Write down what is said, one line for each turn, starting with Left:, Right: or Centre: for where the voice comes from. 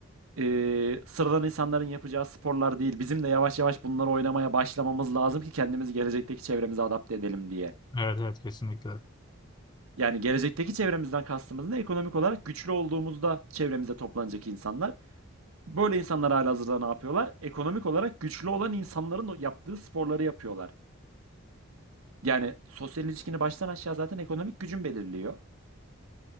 Right: e, sıradan insanların yapacağı sporlar değil. Bizim de yavaş yavaş bunları oynamaya başlamamız lazım ki kendimizi gelecekteki çevremize adapte edelim diye.
Left: Evet evet kesinlikle.
Right: Yani gelecekteki çevremizden kastımız ne? Ekonomik olarak güçlü olduğumuzda çevremize toplanacak insanlar. Böyle insanlar halihazırda ne yapıyorlar? Ekonomik olarak güçlü olan insanların o yaptığı sporları yapıyorlar. Yani sosyal ilişkini baştan aşağı zaten ekonomik gücün belirliyor.